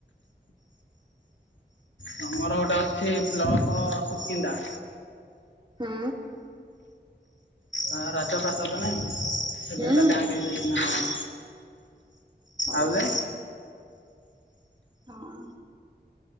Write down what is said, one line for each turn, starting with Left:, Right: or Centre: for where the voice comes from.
Left: ତମର ଗୋଟେ ଅଛି ବ୍ଲକ ସୁକିନ୍ଦା
Right: ହୁଁ।
Left: ହଁ ରାଜପ୍ରାସାଦ ନାଇଁ ଏବେ ସେଟା
Right: ହୁଁ
Left: ବ୍ୟାଙ୍କ ହେଇଯାଇଛି ନା କଣ?
Right: ଓ
Left: ଆଉ ଯେ
Right: ହଁ।